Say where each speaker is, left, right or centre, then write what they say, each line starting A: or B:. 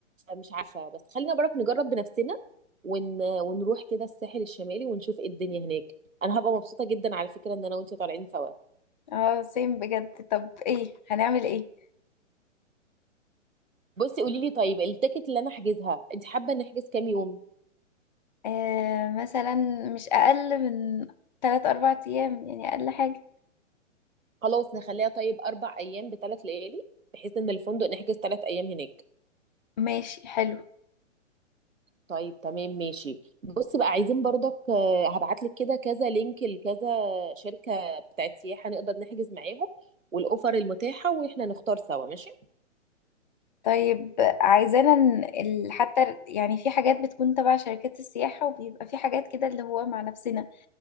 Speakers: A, on the right (about 85°); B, on the left (about 35°).
A: مش عارفة بس خلينا برك نجرب بنفسنا ون... ونروح كده الساحل الشمالي ونشوف ايه الدنيا هناك انا هبقى مبسوطة جدا على فكرة ان انا وانتي طالعين سوا
B: اه سيم بجد طب ايه هنعمل ايه
A: بصي قولي لي طيب التيكت اللي انا احجزها انت حابة نحجز كام يوم
B: آه مثلا مش أقل من تلات أربع أيام يعني أقل حاجة
A: خلاص نخليها طيب اربع ايام بثلاث ليالي بحيث ان الفندق نحجز ثلاث ايام هناك
B: ماشي حلو
A: طيب تمام ماشي بصي بقى عايزين برضك هبعت لك كده كذا لينك لكذا شركة بتاعت سياحة نقدر نحجز معاهم والاوفر المتاحة واحنا نختار سوا ماشي
B: طيب عايزانا ن- ال- حتى ال- يعني في حاجات بتكون تبع شركات السياحة وبيبقى في حاجات كده اللي هو مع نفسنا